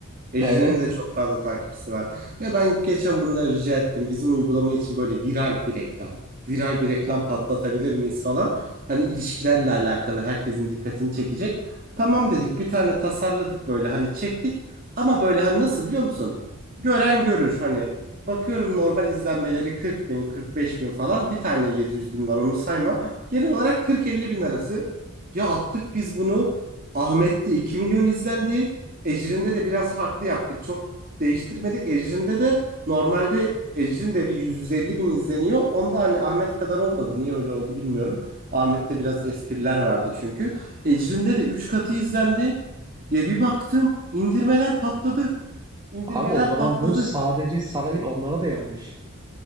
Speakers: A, on the right; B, on the right.
A: Ejrin'in
B: Evet.
A: de çok fazla takipçisi var. Ya ben bu- geçen bunları rica ettim. Bizim uygulama için böyle viral bir reklam. Viral bir reklam
B: Oo.
A: patlatabilir miyiz falan. Hani ilişkilerle alakalı herkesin dikkatini çekecek. Tamam dedik bir tane tasarladık böyle hani çektik. Ama böyle hani nasıl biliyor musun? Gören görür hani. Bakıyorum normal izlenmeleri 40 bin, 45 bin falan. Bir tane 700 bin var onu sayma. Genel olarak 40-50 bin arası. Ya attık biz bunu. Ahmet'te 2 milyon izlendi. Ecrin'de de biraz farklı yaptık. Çok değiştirmedik. Ecrin'de de normalde Ecrin de bir 150 bin izleniyor. Onda hani Ahmet kadar olmadı. Niye öyle oldu bilmiyorum. Ahmet'te biraz espriler vardı çünkü. Ecrin'de de 3 katı izlendi. Ya bir baktım indirmeler patladı. İndirmeler
B: Abi o zaman
A: patladı.
B: bu sadece sana değil onlara da yaramış.